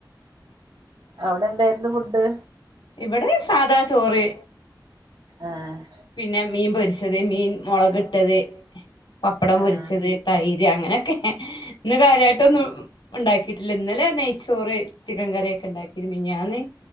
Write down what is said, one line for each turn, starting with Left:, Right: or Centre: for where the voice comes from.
Right: അവിടെ എന്തായിരുന്നു ഫുഡ്
Left: ഇവിടെ സാദാ ചോറ്
Right: ആഹ്
Left: പിന്നെ മീൻ പൊരിച്ചത് മീൻ മുളകിട്ടത് പപ്പടം
Right: ആഹ്
Left: പൊരിച്ചത് തൈര് അങ്ങനെയൊക്കെ ഇന്ന് കാര്യമായിട്ടൊന്നും ഉണ്ടാക്കീട്ടില്ല ഇന്നലെ നെയ്ച്ചോറ് ചിക്കൻ കറിയൊക്കെ ഉണ്ടാക്കി മെനഞ്ഞാന്ന്